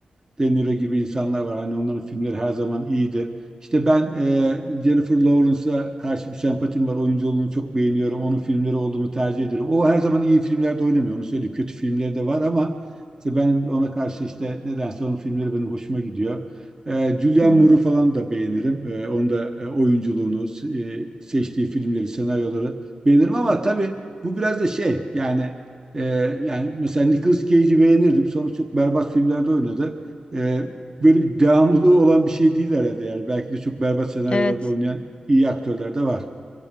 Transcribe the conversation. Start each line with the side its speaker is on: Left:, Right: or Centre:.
Right: De Niro gibi insanlar var. Hani onların filmleri her zaman iyidir. İşte ben e, Jennifer Lawrence'a karşı bir sempatim var. Oyunculuğunu çok beğeniyorum. Onun filmleri olduğunu tercih ederim. O her zaman iyi filmlerde oynamıyor. Onu söyleyeyim. Kötü filmleri de var ama işte ben ona karşı işte nedense onun filmleri benim hoşuma gidiyor. E, Julianne
Left: Hı hı.
Right: Moore'u falan da beğenirim. E, onun da e, oyunculuğunu, e, seçtiği filmleri, senaryoları beğenirim. Ama tabii bu biraz da şey yani e, yani mesela Nicolas Cage'i beğenirdim. Sonra çok berbat filmlerde oynadı. E, böyle bir devamlılığı olan bir şey değil herhalde yani. Belki de çok berbat senaryolarda
Left: Evet.
Right: oynayan iyi aktörler de var.